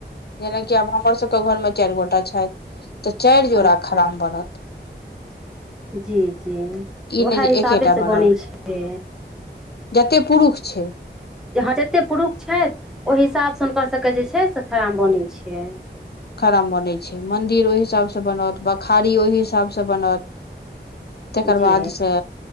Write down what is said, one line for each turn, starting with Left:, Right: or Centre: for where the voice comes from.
Left: जेनाकि आब हमर सभ केँ घरमे चारि गोटा छथि तऽ चारि जोड़ा
Centre: अच्छा
Left: खराम
Centre: अच्छा
Left: बनत
Centre: जी जी
Left: ई
Centre: उएहे
Left: नहि जे
Centre: हिसाबेसँ
Left: एकेटा बनल
Centre: बनैत छै
Left: जतेक पुरुष छै
Centre: जे हँ जतेक पुरुष छथि ओहि हिसाबसँ हुनकर सभके जे छै से खड़ाम बनै छै
Left: खड़ाम बनै छै मन्दिर ओहि हिसाबसँ बनत बखारी ओहि हिसाबसँ बनत तकर
Centre: जी
Left: बादसँ